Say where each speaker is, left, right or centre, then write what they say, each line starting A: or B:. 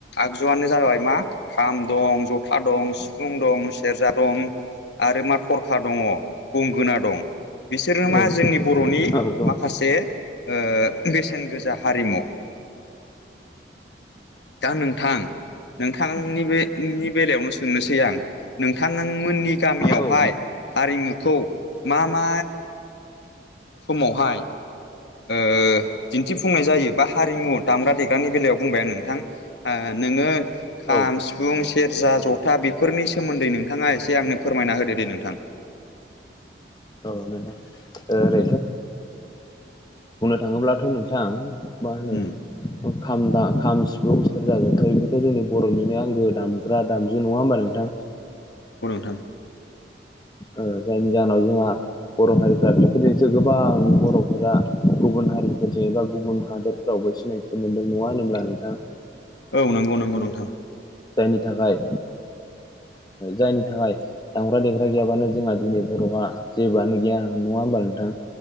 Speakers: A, on the left; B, on the left.
A: आगजुआनो जाबाय मा खाम दं, जथा दं, सिफुं दं, सेरजा दं आरो मा थरखा दङ, गंगोना दं। बिसोरो
B: औ
A: मा जोंनि बर'नि
B: औ दं
A: माखासे ओ बेसेन गोजा हारिमु। दा नोंथां नोंथांनि बे नि बेलायावनो सोंनोसै आं नोंथांमोननि गामियावहाय
B: औ नोंथां
A: हारिमुखौ मा मा समावहाय ओ दिन्थिफुंनाय जायो, बा हारिमु दामग्रा देग्रानि बेलायाव बुंबाय नोंथां ओ नोङो खाम,
B: औ
A: सिफुं, सेरजा, जथा बेफोरनि सोमोन्दै नोंथाङा एसे आंनो फोरमायना होदो दे। नोंथां।
B: औ नोंथां ओ थाङोब्लाथ नोंथां मा होनो
A: उम
B: खाम बा खाम, सिफुं, सेरजााजोंथा एफोरथ' जोंनि बरनिनो आंगो दाम ग्रा दामजु नङा होमबा नोंथां?
A: थां
B: ओ जायनि जाहोनाव जोंहा बर हारिफ्रा बेफोरनिसो गोबां बरफोरा गुबुन हारिफोरजों एबा गुबुन हादोरफोराव सिनायथि मोनदों। नङा होनोब्ला नोंथां?
A: औ नोंगौ नोंगौ नोंथां।
B: नि थाखाय
A: <inaudible>
B: जायनि थाखाय दामग्रा देग्रा गैयाबानो जोंहा दिनै बर'हा जेबोआनो गैया नङा होमबा नोंथां।